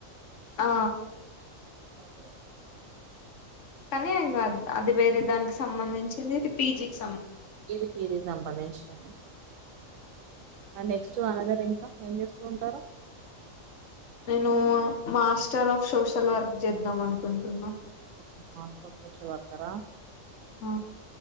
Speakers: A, on the left (about 65°); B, on the right (about 75°).
A: ఆ
B: ఓకేఓకే
A: కానీ ఇంకా అద్ అది వేరే దానికి సంబంధించింది ఇది పీజి కి
B: ఇది పీజీకి సంబంధించింద ఆ నెక్స్ట్ అనదర్ ఇంకా ఏం చేస్తూ ఉంటారు
A: నేను మాస్టర్ ఆఫ్ సోషల్ వర్క్ చేద్దాం అనుకుంటున్నా
B: ఓహో మాస్టర్ అఫ్ సోషల్ వర్కరా
A: ఆ